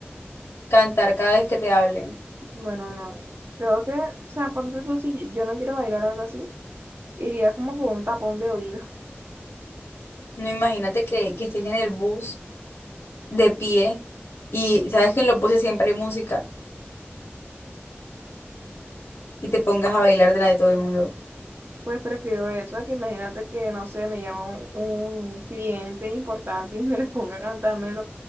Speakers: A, on the left; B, on the right.
A: cantar cada vez que te hablen.
B: bueno, no. Creo que, o sea, ponte tú, si yo no quiero bailar algo así, iría como con un tapón de oído. <laughs>
A: No imagínate que, que estés en el bus de pie y sabes que en los buses siempre hay música y te pongas a bailar de la de todo el mundo.
B: Pues prefiero eso a que imagínate que, no sé, me llama un, un cliente importante y me le ponga a cantarme